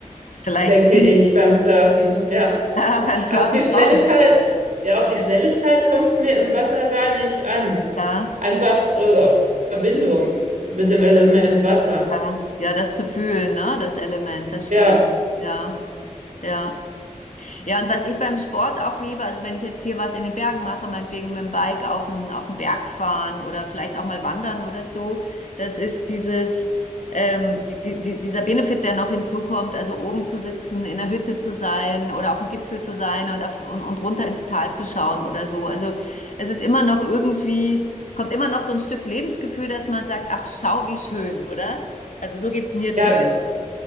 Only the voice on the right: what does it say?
denke
ich, beim Surfen. Ja.
Auf die Schnelligkeit,
ja, auf die Schnelligkeit kommt es mir im Wasser gar nicht an.
Einfach äh, Verbindung mit dem Element Wasser.
Ja,
ja,